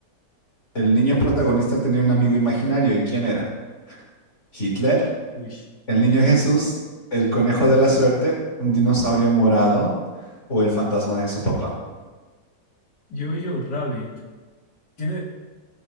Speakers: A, on the left; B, on the left.
A: el niño
B: Ya.
A: protagonista tenía un amigo imaginario. ¿Y quién era? ¿Hitler?
B: Uy.
A: ¿El niño Jesús? ¿El conejo de la suerte? ¿Un dinosaurio morado? ¿O el fantasma de su papá?
B: Jojo Rabbit. Tiene,